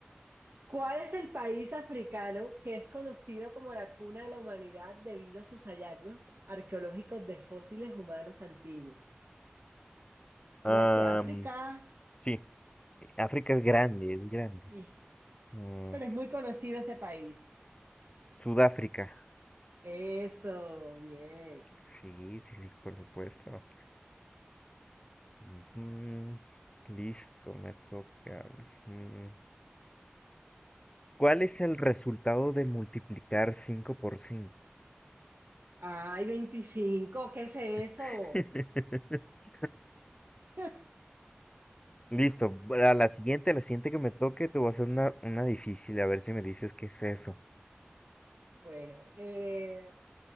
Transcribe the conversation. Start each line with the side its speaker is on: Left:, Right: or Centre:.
Right: ¿Cuál es el país africano que es conocido como la cuna de la humanidad debido a sus hallazgos arqueológicos de fósiles humanos antiguos? Tú
Left: Am,
Right: sabes que África,
Left: sí, África es grande, es grande.
Right: eh,
Left: Mm,
Right: pero es muy conocido ese país.
Left: Sudáfrica.
Right: Eso, bien.
Left: Sí, sí, sí, por supuesto. Ujú, Listo, me toca. ujú. ¿Cuál es el resultado de multiplicar 5 por 5?
Right: Ay, 25, ¿qué es eso?
Left: <laughs>
Right: <laughs>
Left: Listo. A la siguiente, la siguiente que me toque, te voy a hacer una, una difícil, a ver si me dices qué es eso.
Right: Bueno, eh,